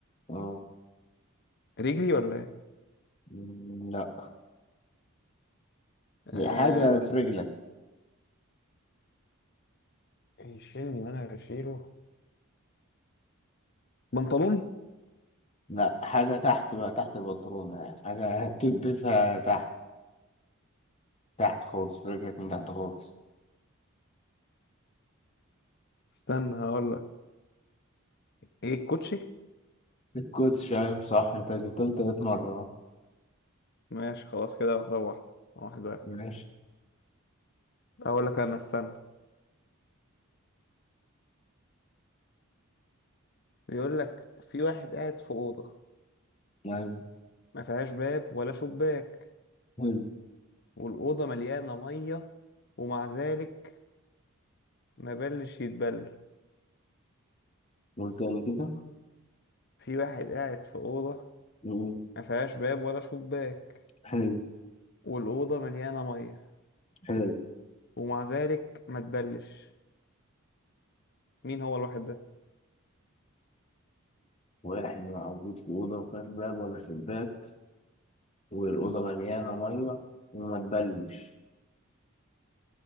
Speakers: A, on the left; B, on the left.
A: أه
B: رجلي ولا ايه
A: مم، لأ
B: آه...
A: هي حاجة في رجلك
B: يشيلني وانا بشيله بنطلون
A: لا حاجة تحت بقى تحت البنطلون يعني حاجة هتلبسها تحت تحت خالص رجلك من تحت خالص
B: استنى هقول لك ايه الكوتشي
A: الكوتش شايف صح انت جبتهم تلات مرة اهو.
B: ماشي خلاص كده واحدة واحدة واحد واحد
A: ماشي
B: اقول لك انا استنى بيقول لك في واحد قاعد في أوضة
A: أيوة
B: ما فيهاش باب ولا شباك
A: حلو
B: والأوضة مليانة مية ومع ذلك ما بلش يتبل
A: والتاني كده
B: في واحد قاعد في أوضة
A: مم.
B: ما فيهاش باب ولا شباك
A: حلو
B: والأوضة مليانة مية
A: حلو
B: ومع ذلك ما تبلش مين هو الواحد ده
A: واحد موجود في أوضة مفيهاش باب ولا شباك والأوضة مليانة مية وما تبلش